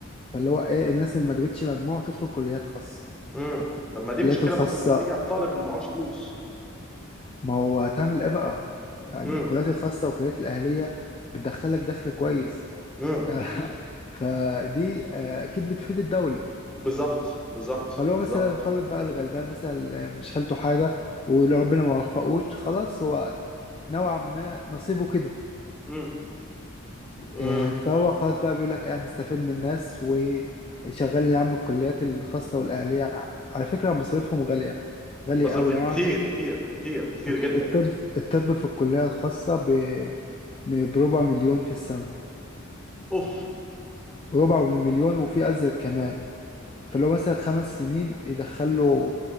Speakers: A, on the left (about 25°); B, in the centre.
A: فاللي هو ايه الناس اللي ما جابتش مجموع تدخل كليات خاصة
B: امم طب ما دي
A: الكليات
B: مشكله
A: الخاصة
B: برضو ما تبتدي على الطالب اللي معهوش فلوس
A: ما هو هتعمل ايه بقى يعني
B: امم
A: الكليات الخاصة والكليات الأهلية بتدخلك دخل كويس
B: امم
A: يعني <laughs> فدي آه، أكيد بتفيد الدولة
B: بالظبط بالظبط
A: فلو
B: بالظبط
A: مثلا الطالب بقى الغلبان مثلا اللي مش حالته حاجة ولو ربنا ما وفقوش خلاص هو نوعا ما نصيبه كده
B: امم امم
A: آه، فهو خلاص بقى بيقول لك إيه، أنا مستفيد من الناس وشغال يا عم الكليات الخاصة والأهلية يعني على فكرة مصاريفهم غالية غالية
B: مصر...
A: أوي يعني
B: كتير
A: أعرف
B: كتير كتير كتير
A: الت-
B: جدا
A: الطب
B: يعني.
A: الطب في الكلية الخاصة ب م- بربع مليون في السنة
B: اوف
A: ربع مليون وفي أزيد كمان فلو مثلا خمس سنين يدخله